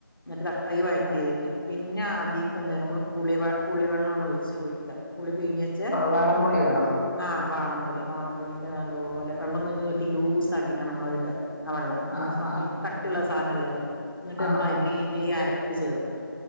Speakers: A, on the left; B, on the left.
A: ന്നട്ട് തക് ഈ വഴറ്റിയതിക്ക്
B: ആഹ്
A: പിന്നാ അതീക്കെന്തെയ്യണം മ്മൾ. പുളിവ പുളിവെള്ളാണ് ഒഴിച്ച് ഒഴിക്ക പുളി പീഞ്ഞെച്ചെ
B: വാളം പുളിയാണോ?
A: ആഹ് വാളം പുളി വാളംപുളീന്റെ നല്ലോലെ വെള്ളംന്നീട്ടി ലൂസാക്കിട്ടാണ് നമ്മളത് ഇടാ. ആ വെള്ളം കരണം
B: ആഹ് ആഹ്
A: കട്ടിള്ള സാനല്ലല്ലോ ന്നിട്ട്
B: ആഹ്
A: നമ്മളയ്ക്ക്
B: ആഹ്
A: ഈ അരപ്പ് ചേർക്ക